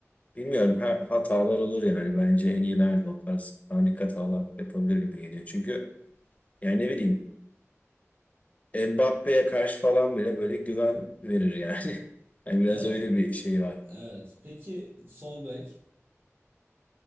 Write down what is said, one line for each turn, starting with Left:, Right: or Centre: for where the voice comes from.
Left: Bilmiyorum ha- hatalar olur yani bence en iyiler de o tarz panik hatalar yapabilir gibi geliyor. Çünkü yani ne bileyim Mbappe'ye karşı falan bile böyle güven verir yani. <laughs> Yani biraz
Right: Evet,
Left: öyle bir şey var.
Right: evet. Peki sol bek?